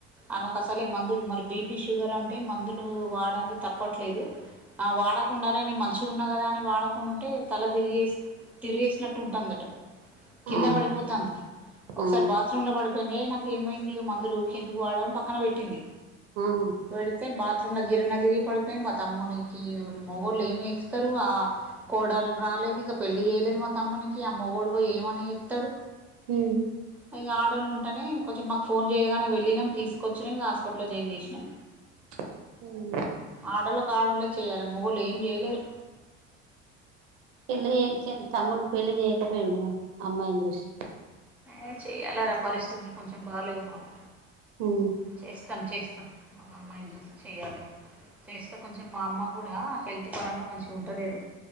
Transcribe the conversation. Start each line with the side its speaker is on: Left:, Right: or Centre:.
Centre: ఆమెకు అసలే మందులు మరి బీపీ షుగర్ అంటే మందులు వాడం తప్పట్లేదు వాడకుండరని మంచిగా ఉన్నా కదా అని వాడకుండా ఉంటే తల తిరిగే తిరిగేసినట్టు ఉంటుందట కింద
Right: ఆ
Centre: పడిపోతుంది ఒకసారి
Right: ఆ
Centre: బాత్రూమ్ లో పడిపో కొందగా నాక ఏమైంది ఇక మందులోకి ఎందుకు వాడని పక్కన పెట్టింది
Right: ఉహ్
Centre: పెడితే బాత్రూమ్ గిరన తిరిగి పడిపోయింది మా తమ్మునికి మగగుళ్లు ఏమి ఇస్తతారు ఆ కోడలు రాలేదు ఇంకా పెళ్లిచేయలేదు మా తమ్మనికి అ పూగుడు కూడా పోయి ఏమని ఇస్తాడు
Right: హ
Centre: అవి ఆడళ్లు ఉంట అంటనే కొంచెం మాకు ఫోన్ చేయగానే వెళ్ళినాం తీసుకొచ్చని హాస్పిటల్లో జాయిన్ చేసినాం
Right: ఉహ్
Centre: ఆడలు కావడలే చేయ్యాలి మొగోళ్ళు ఏం చేయలేరు
Right: పెళ్లి చెయ్యొచ్చు తమ్ముకి పెళ్లి చేయకపోయిండడు అమ్మాయిని చూసి
Centre: ఎ చేయ్యాలరా పరిస్థితులు కొంచెం బాలేవు మాకు
Right: ఉ
Centre: చేస్తాం చేస్తాం మా అమ్మాయిని చూసి చెయాలి చేస్తే కొంచెం మా అమ్మ కూడా హెల్త్ పరంగా మంచిగా ఉండలేదు